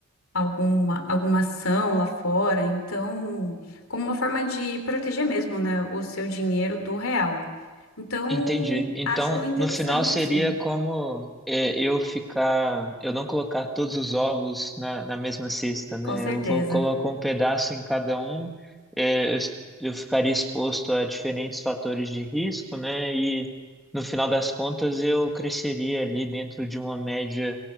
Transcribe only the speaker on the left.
alguma, alguma ação lá fora. Então, como uma forma de proteger mesmo, né, o seu dinheiro do real. Então,
acho interessante,
assim,
com certeza,